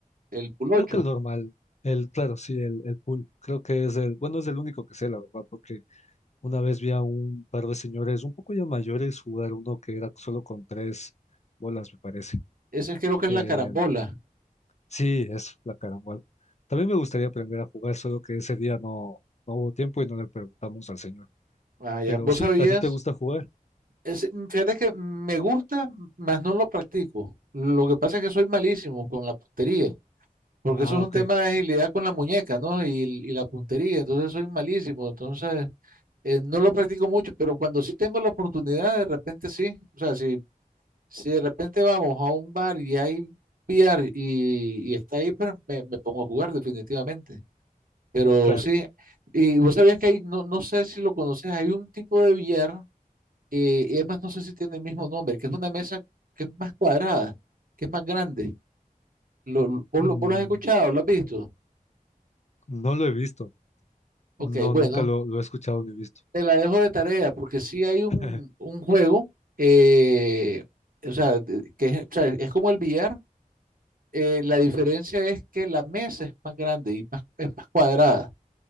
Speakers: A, on the right; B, on the left.
A: El pulocho.
B: creo que el normal, el, claro, sí, el, el pool, creo que es el, bueno, es el único que sé, la verdad, porque una vez vi a un par de señores un poco ya mayores jugar uno que era solo con tres bolas, me parece,
A: Ese creo que
B: que
A: es la carambola.
B: mm, sí, es la carambola. También me gustaría aprender a jugar, solo que ese día no, no hubo tiempo y no le preguntamos al señor.
A: Ah, ya.
B: Pero
A: ¿Vos
B: sí,
A: sabías?
B: ¿a ti te gusta jugar?
A: es mm, fíjate que me gusta, mas no lo practico. Lo que pasa es que soy malísimo con la puntería, porque
B: Ah,
A: eso es un
B: ok,
A: tema de agilidad con la muñeca, ¿no? Y, y la puntería, entonces soy malísimo. Entonces, eh, no lo practico mucho, pero cuando sí tengo la oportunidad, de repente sí. O sea, si Si de repente vamos a un bar y hay VR y, y está ahí, pues me, me pongo a jugar definitivamente. Pero
B: claro.
A: sí, y vos sabías que hay, no, no sé si lo conoces, hay un tipo de VR, eh, y además no sé si tiene el mismo nombre, que es una mesa que es más cuadrada, que es más grande. Lo, lo- ¿vos,
B: Mm,
A: lo, vos lo has escuchado? ¿Lo has visto?
B: no lo he visto.
A: Ok,
B: No,
A: bueno,
B: nunca lo, lo he escuchado ni visto.
A: te la dejo de tarea porque sí hay un,
B: <laughs>
A: un juego, eh, o sea, de- que es, o sea, es como el VR eh, la diferencia es que la mesa es más grande y más, es más cuadrada,